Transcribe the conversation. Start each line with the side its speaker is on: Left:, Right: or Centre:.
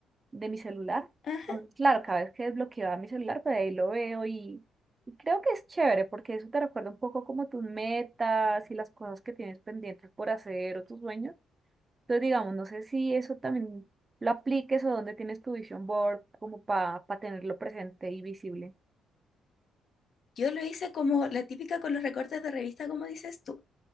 Right: de mi celular.
Left: Ah.
Right: Entonces, claro, cada vez que desbloqueaba mi celular, pues ahí lo veo y, y creo que es chévere porque eso te recuerda un poco como tus metas y las cosas que tienes pendientes por hacer o tus sueños. Entonces, digamos, no sé si eso también lo apliques o dónde tienes tu vision board como para tenerlo presente y visible.
Left: Yo lo hice como la típica con los recortes de revista, como dices tú,